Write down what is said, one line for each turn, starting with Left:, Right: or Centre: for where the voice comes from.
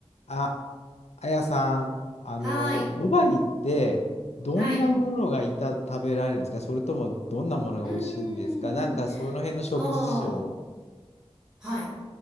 Left: あ、あやさん、あの、
Centre: はい。
Left: ドバイって、どんなものがいた、
Centre: はい。
Left: 食べられるんですかそれとも、どんなものが美味しいんですかなんか、
Centre: うーん。
Left: その辺の食事事情を。
Centre: ああ、はい。